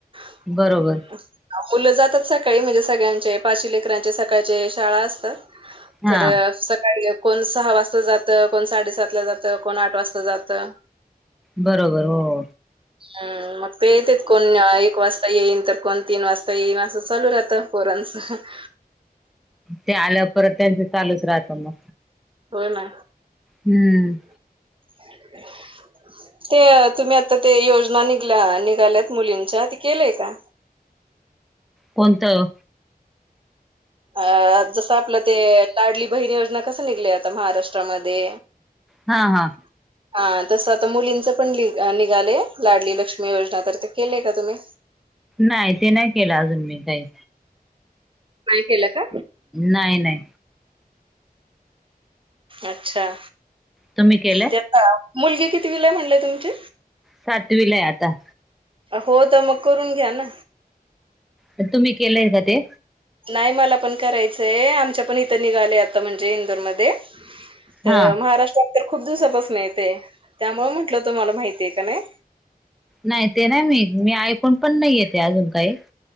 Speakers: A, on the right; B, in the centre.
A: <inaudible>
B: बरोबर
A: मुलं जातात सकाळी म्हणजे सगळ्यांचे पाची लेकरांचे सकाळचे शाळा असतात.
B: हा
A: तरं सकाळी कोण सहा वाजता जातं, कोण साडेसातला जातं, कोण आठ वाजता जातं
B: बरोबर, हो.
A: हा मग ते येतेत कोण एक वाजता येईन, तर कोण तीन वाजता येईन, असं चालू राहतं पोरांचं. <inaudible>
B: ते आल्याव परत त्यांचं चालूच राहतं मग.
A: हो ना.
B: हम्म.
A: <inaudible> ते तुम्ही आत्ता ते योजना निघल्या, निघाल्यात मुलींच्या ते केलंय का
B: कोणतं
A: अ जसं आपलं ते, लाडली बहीण योजना कसं निघलंय आता महाराष्ट्रामध्ये
B: हा हा
A: ह <inaudible> हा तसं आता मुलींचं पण लीग निघालंय लाडली लक्ष्मी योजना तर ते केलंय का तुम्ही
B: नाय ते नाही केलं अजून मी काही.
A: नाय केलं का
B: नाय नाय
A: अच्छा
B: तुम्ही केलंय
A: ते आता मुलगी कितवीलाय म्हणले तुमची
B: सातवीलाय आता
A: हो तर मग करून घ्या ना
B: पण तुम्ही केलंय का ते
A: नाय मला पण करायचंय आमच्या पण इथं निघालंय आता म्हणजे इंदोरमध्ये तर
B: हा
A: महाराष्ट्रात तर खूप दिवसापासून आहे ते त्यामुळं म्हंटलं तुम्हाला माहिते का नाय.
B: नाही ते नाही माहीत मी ऐकून पण नाहीये ते अजून काही